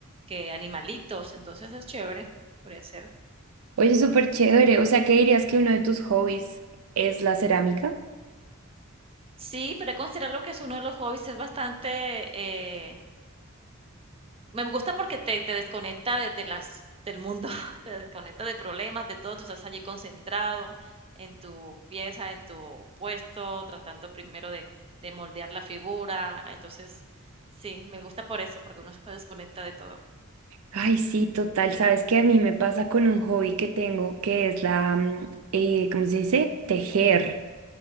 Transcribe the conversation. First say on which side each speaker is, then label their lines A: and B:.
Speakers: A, on the right; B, on the right.
A: que animalitos, entonces es chévere, podría ser.
B: Oye, súper chévere. O sea, ¿qué dirías que uno de tus hobbies es la cerámica?
A: Sí, pero considerarlo que es uno de los hobbies, es bastante... eh, me gusta porque te, te desconecta de, de, las, del mundo, <laughs> te desconecta de problemas, de todo, tú estás allí concentrado en tu pieza, en tu puesto, tratando primero de, de moldear la figura. Entonces, sí, me gusta por eso, porque uno se desconecta de todo.
B: Ay, sí, total. Sabes que a mí me pasa con un hobby que tengo, que es la, mm, eh, ¿cómo se dice? Tejer.